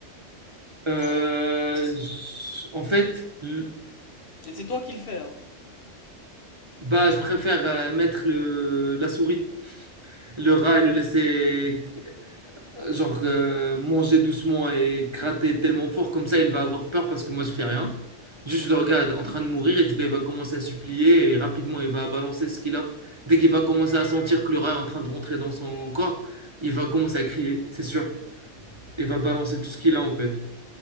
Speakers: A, on the right; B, on the left.
A: Euh, je- en fait, l-
B: Et c'est toi qui le fais hein.
A: bah je préfère euh, mettre le, la souris. le rat et le laisser euh, genre euh, manger doucement et gratter tellement fort comme ça il va avoir peur parce que moi je fais rien. Juste je le regarde en train de mourir et du coup il va commencer à supplier et rapidement il va balancer ce qu'il a. Dès qu'il va commencer à sentir que le rat est en train de rentrer dans son corps, il va commencer à crier, c'est sûr. Il va balancer tout ce qu'il a en fait.